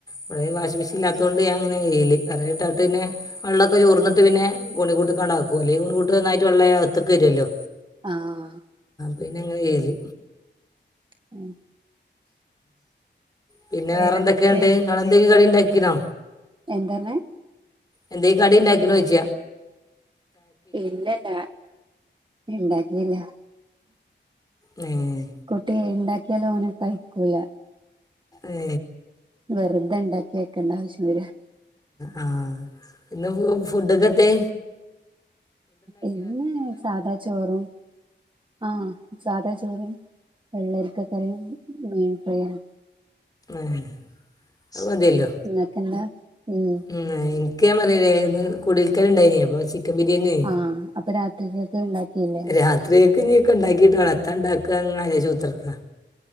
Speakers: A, on the left; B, on the right.
A: പഴയ വാഷിങ് മെഷീല്ലാതോണ്ട് ഞാൻ ഇങ്ങനെ ഈല് എറ ഇട്ടാട്ട്ന്നെ. വെള്ളൊക്കെ ചോർന്നിട്ട് പിന്നെ ഓണികൂട്ക്കണ്ടാക്കും അല്ലയ് ഓണികൂട് ഒന്നായിട്ട് വള്ളയ് അകത്തിക്ക് വരൊല്ലോ.
B: ആഹ്.
A: പിന്നെ അങ്ങനെ ചെയ്യാല്.
B: ഉം
A: പിന്നെ
B: വേറെന്തൊക്കെ
A: വേറെ എന്തൊക്കെ ഇണ്ട് നിങ്ങൾ എന്തെങ്കിലും കടി ഇണ്ടാക്കിണോ?
B: എന്താ പറഞ്ഞെ?
A: എന്തേം കടി ഇണ്ടാക്കിണോയിച്ച
B: ഇല്ലല്ല ഇണ്ടാക്കില്ല.
A: നേഹ്.
B: കുട്ടിയെ ഉണ്ടാക്കിയാല് ഓന് കയിക്കൂല.
A: ഏ
B: വെറുതെ ഇണ്ടാക്കി വേക്കണ്ട ആവശ്യം വരാ.
A: ആ ഇന്ന് ഫുഡൊക്കത്തെ?
B: ഇന്ന് സാധാ ചോറും ആഹ് സാധാ ചോറും വെള്ളരിക്കകറിയും മീൻഫ്രൈയും
A: അഹ് മതിയല്ലോ
B: ഇങ്ങക്ക് എന്താ <unintelligible>
A: ഉംന്ന ഇൻക്ക് ഞാൻ പറഞ്ഞില്ലെ ന്ന് കുടിൽക്കാല് ഇണ്ടായിന് അപ്പോ ചി ക്കൻ ബിരിയെണി
B: ആഹ് അപ്പൊ രാത്രിക്കക്കെ ഇണ്ടാക്കില്ലേ
A: രാത്രിയേക്ക് ഞ്കെ ണ്ടാക്കിയിട്ട് വേണം എത്ത ണ്ടാക്കാങ്ങെ രാചുത്രക്കാ